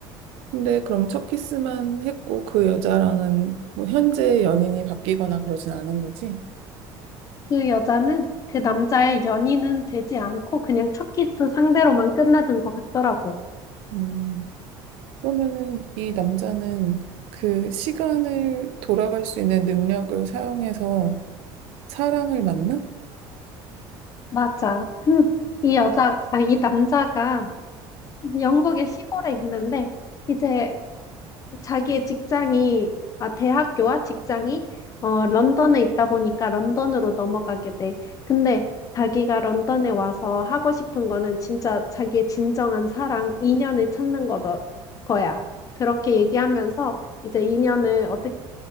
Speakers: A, on the right (about 75°); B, on the left (about 35°).
A: 근데 그럼 첫 키스만 했고 그 여자랑은 뭐 현재 연인이 바뀌거나 그러진 않은 거지?
B: 그 여자는 그 남자의 연인은 되지 않고 그냥 첫 키스 상대로만 끝나는 것 같더라고.
A: 음, 그러면은 이 남자는 그 시간을 돌아갈 수 있는 능력을 사용해서 사랑을 만나?
B: 맞아. <clears throat> 이 여자, 아, 이 남자가 영국의 시골에 있는데 이제 자기의 직장이, 아, 대학교와 직장이, 어, 런던에 있다 보니까 런던으로 넘어가게 돼. 근데 자기가 런던에 와서 하고 싶은 거는 진짜 자기의 진정한 사랑, 인연을 찾는 거더, 거야. 그렇게 얘기하면서 이제 인연을 어떻게,